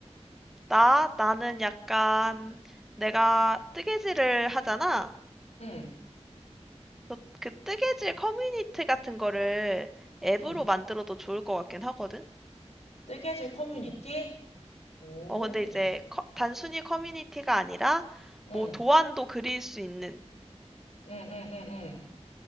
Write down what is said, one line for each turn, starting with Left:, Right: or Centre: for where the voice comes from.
Centre: 나, 나는 약간, 내가 뜨개질을 하잖아?
Left: 응,
Centre: 그, 그 뜨개질 커뮤니티 같은 거를 앱으로
Left: 응.
Centre: 만들어도 좋을 것 같긴 하거든?
Left: 뜨개질 커뮤니티? 오,
Centre: 어, 근데 이제 커- 단순히 커뮤니티가 아니라,
Left: 응,
Centre: 뭐 도안도 그릴 수 있는
Left: 응, 응, 응,